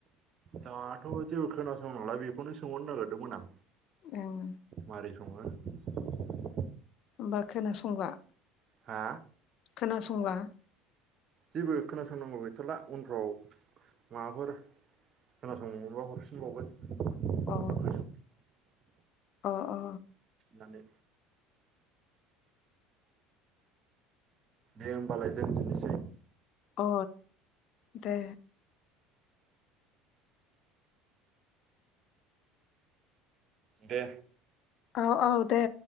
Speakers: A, on the right (about 40°); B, on the left (about 50°).
A: दाथ' जेबो खोनासं नाला बेखौनो सोंहरनो नागिरदोंमोन आं
B: ओं
A: मारै--। संङो।
B: होमबा खोनासंला।
A: हा।
B: खोनासंला।
A: जेबो खोनासंनांगौ गैथला उनफ्राव माबाफोर। खोनासंनांगौबा हरफिनबावगोन।
B: अ
A: गोसोआव
B: अ। अ
A: दानो। दे होमबालाय दोनथनोसै।
B: अ दे।
A: दे।
B: अ अ दे।